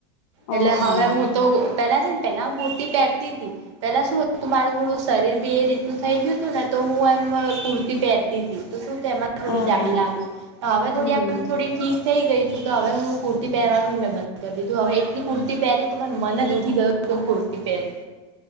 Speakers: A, on the right; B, on the left.
A: એટલે
B: અ
A: હવે
B: હા
A: હું તો પેલા છે ને પેલા હું કુર્તી પહેરતી હતી પેલા શુંું તું મારું થોડું શરીર બી એ રીતનુંનુ થઈ ગયું હતું ને તો હું એમ કુર્તી પહેરતી હતી તો શું તેમાં થોડી
B: અ
A: જાડી
B: હા
A: લાગુ તો હવે થોડી
B: હમ
A: આમ થોડી ઠીક થઈ ગઈ છું તો હવે હું કુર્તી પહેરવાનું જ મેં બંધ કરી દીધું હવે એટલી કુર્તી પહેરીને તો મને મન જ ઉઠી ગયું તો કુર્તી પહેરી